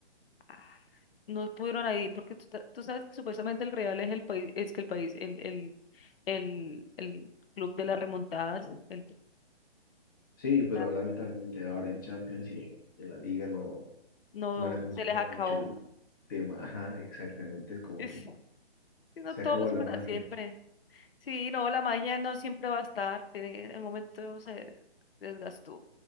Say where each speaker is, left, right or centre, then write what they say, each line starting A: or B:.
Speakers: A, on the left; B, on the left.
A: ah, no pudieron ahí, porque tú, ta- tú sabes que supuestamente el Real es el país, es que el país, el, el, el, el club de las remontadas, el,
B: Sí, pero
A: Ah.
B: lamentablemente ahora en Champions y en, en la liga no,
A: no
B: no le ha funcionado
A: se les acabó.
B: mucho el tema. Ajá, exactamente. Es
A: <laughs>
B: como
A: Sí,
B: que
A: No
B: se
A: todo
B: acabó
A: es
B: la
A: para
B: magia.
A: siempre. Sí, no, la magia no siempre va a estar. tiene- En el momento se desgastó.